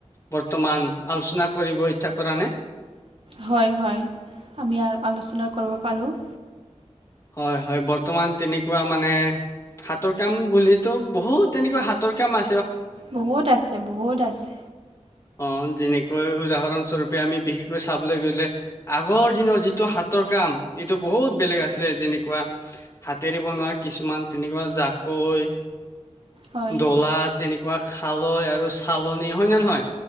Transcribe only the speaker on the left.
বৰ্ত্ত মান আলোচনা কৰিব ইচ্ছা কৰা নে?
হয় হয়। বৰ্তমান তেনেকুৱা মানে হাতৰ কাম বুলিতো, বহুত তেনেকুৱা হাতৰ কাম আ
অ' যেনেকৈ উদাহৰণস্বৰূপে আমি বিশেষকৈ চাবলৈ গলে আগৰ দিনৰ যিটো হাতৰ কা কাম এইটো বহুত বেলেগ আছিলে যেনেকুৱা হাতেৰে বনোৱা কিছুমান তেনেকুৱা জাকৈ
দলা তেনেকুৱা খালৈ আৰু চালনি হয় নে নহয়?